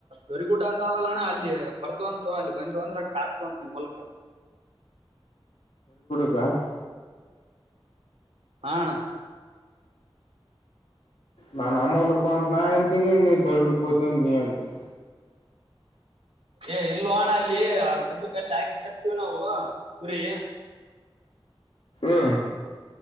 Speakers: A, on the right (about 85°); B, on the left (about 80°).
A: ಗರಿ ಗುಡ್ಡದಂತಲ್ಲ ಅಲ್ಲಿ. ಬರ್ತವಂತ ತಗೋ ಅಲ್ಲಿ ಬಂದ್ ಅಂದ್ರ ಅಕಡೆ ಹಾಕ್ತವಂತ ನಿಮ್ಮ ಮೂಲಕ.
B: ಗ
A: ಹಾ ಅಣ
B: ನಾ ನಮ್ ಹೊಲಕ್ ಬಾ ಅಂತ್ ನಾ ಅಂತೀನಿ ನೀ ಗರಿಬಿಡಾಕ್ ಹೋತಿ ಅಂತ ನೀ ಅಂತಿ.
A: ಏ ಇಲ್ಲೋ ಅಣ ಅಲ್ಲಿ ಆ ದುಡ್ಡ ಕಲ್ಲಿ ಹಾಕಿ ಬಸ್ತೀವಿ ನಾವು ಕುರಿ
B: ಹ